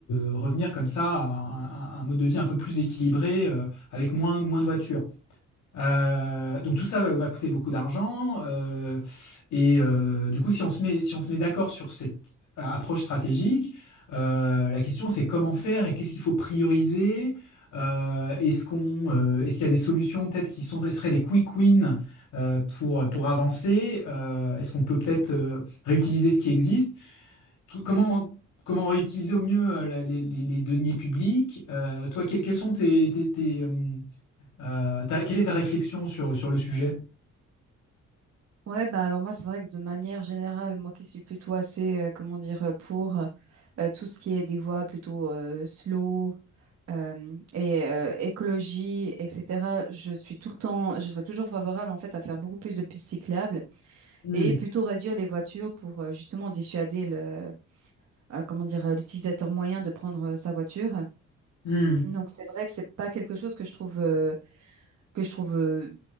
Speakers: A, on the left; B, on the right.
A: euh, revenir comme ça à un, à un mode de vie un peu plus équilibré euh, avec moins, moins de voitures. Euh, donc tout ça va, va coûter beaucoup d'argent euh, et euh, du coup si on se met si on se met d'accord sur cette euh, approche stratégique, euh, la question c'est comment faire et qu'est-ce qu'il faut prioriser. Euh, est-ce qu'on euh, est-ce qu'il y a des solutions peut-être qui sont seraient des quick wins euh, pour pour avancer. Euh, est-ce qu'on peut peut-être euh, réutiliser ce qui existe? Tout- Comment comment réutiliser au mieux euh, la- les, les- les deniers publics? Euh, toi quels quels sont tes tes, tes, euh, euh, t'as- quelle est ta réflexion sur, sur le sujet?
B: Ouais, bah alors moi, c'est vrai que de manière générale, moi qui suis plutôt assez, euh, comment dire, euh, pour euh, euh, tout ce qui est des voies plutôt euh, slow euh, et euh, écologie, etc., je suis tout le temps, je serais toujours favorable en fait à faire beaucoup plus de pistes cyclables
A: Hmm,
B: et plutôt réduire les voitures pour euh, justement dissuader le, euh, comment dire, euh, l'utilisateur moyen de prendre euh, sa voiture.
A: hmm,
B: Donc c'est vrai que c'est pas quelque chose que je trouve euh, que je trouve euh,